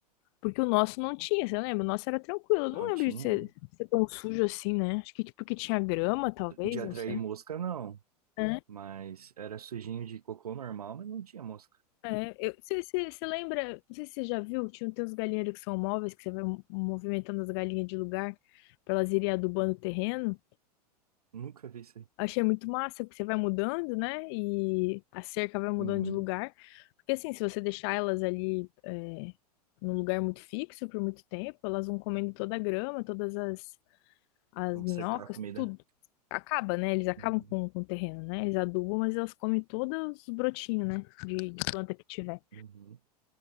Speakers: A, on the left; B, on the right.
A: Porque o nosso não tinha, você lembra? O nosso era tranquilo. Eu não
B: Não
A: lembro
B: tinha,
A: de ser,
B: né?
A: ser tão sujo assim, né? Acho que tipo que tinha grama, talvez,
B: De atrair
A: não sei.
B: mosca, não.
A: É,
B: Mas era sujinho de cocô normal, mas não tinha mosca.
A: É, eu, você, você, você lembra, não sei se você já viu, tinha tem uns galinheiros que são móveis, que você vai movimentando as galinhas de lugar para elas irem adubando o terreno.
B: Nunca vi isso aí.
A: Achei muito massa, porque você vai mudando, né? E a cerca vai mudando
B: Uhum.
A: de lugar. Porque assim, se você deixar elas ali é, num lugar muito fixo por muito tempo, elas vão comendo toda a grama, todas as, as
B: Vamos
A: minhocas,
B: secar a comida.
A: tudo. Acaba, né? Eles acabam
B: Uhum.
A: com, com o terreno, né? Eles adubam, mas elas comem todos os brotinhos, né? De, de planta que tiver.
B: Uhum.